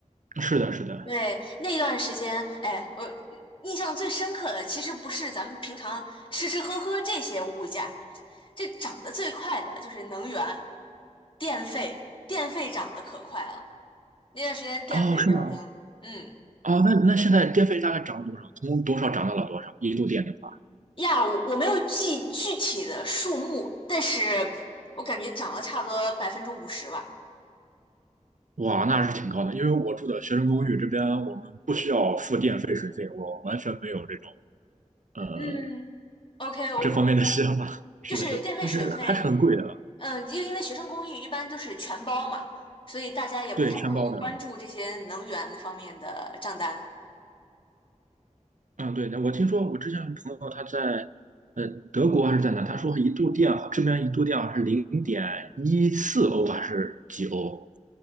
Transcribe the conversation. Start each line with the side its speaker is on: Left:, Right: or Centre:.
Right: 是的，是的。
Left: 对，那段时间，哎，我印象最深刻的其实不是咱们平常吃吃喝喝这些物价，这涨得最快的就是能源、电费，电费涨得可快了。那段时间电费飙升，
Right: 哦，是吗？
Left: 嗯。
Right: 哦，那那现在电费大概涨了多少？从多少涨到了多少？一度电的话，
Left: 呀，我我没有记具体的数目，但是我感觉涨了差不多百分之五十吧。
Right: 哇，那是挺高的。因为我住的学生公寓这边，我们不需要付电费、水费，我完全没有这种呃
Left: 嗯，OK，我我
Right: 这方面的想法。<laughs>
Left: 就是电费水费，
Right: 是的，是的，但是还是很贵的，
Left: 嗯，因因为学生公寓一般就是全包嘛，所以大家也不太会关注这些能源方面的账单。
Right: 对，全包的。嗯，对的，我听说我之前有朋友他在呃德国还是在哪，他说一度电好，这边一度电好像是零点一四欧还是几欧？